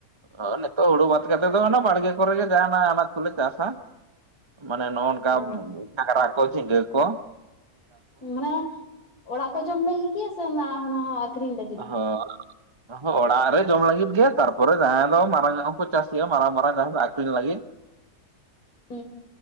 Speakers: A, on the right (about 20°); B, on the left (about 90°).
A: ᱚᱻ ᱱᱤᱛᱚᱜ ᱦᱩᱲᱩ ᱵᱟᱫ ᱠᱟᱛᱮᱫ ᱫᱚ ᱚᱱᱟ ᱵᱟᱲᱜᱮ ᱠᱚᱨᱮ ᱜᱮ ᱡᱟᱦᱟᱸᱱᱟ ᱠᱚᱞᱮ ᱪᱟᱥᱼᱟ ᱢᱟᱱᱮ ᱱᱚᱱᱠᱟ
B: ᱚ
A: ᱜᱷᱟᱸᱨᱟ ᱠᱚ, ᱡᱷᱤᱸᱜᱟᱹ ᱠᱚ ᱾
B: ᱢᱟᱱᱮ ᱚᱲᱟᱜ ᱠᱚ ᱡᱚᱢ ᱞᱟᱹᱜᱤᱫ ᱜᱮ ᱥᱮ ᱚᱱᱟ ᱚᱱᱟ ᱦᱚᱸ ᱟᱠᱷᱨᱤᱧ ᱞᱟᱹᱜᱤᱫ ᱾
A: ᱦᱚ ᱚᱦᱚ ᱚᱲᱟᱜ ᱨᱮ ᱡᱚᱢ ᱞᱟᱹᱜᱤᱫ ᱜᱮ ᱛᱟᱨᱯᱚᱨᱮ ᱡᱟᱦᱟᱭ ᱫᱚ ᱢᱟᱨᱟᱝᱼᱟᱜ ᱦᱚᱸᱠᱚ ᱪᱟᱥ ᱜᱮᱭᱟ ᱢᱟᱨᱟᱝ-ᱢᱟᱨᱟᱝ ᱡᱟᱦᱟᱸ ᱫᱚ ᱟᱠᱷᱨᱤᱧ ᱞᱟᱹᱜᱤᱫ
B: <inaudible>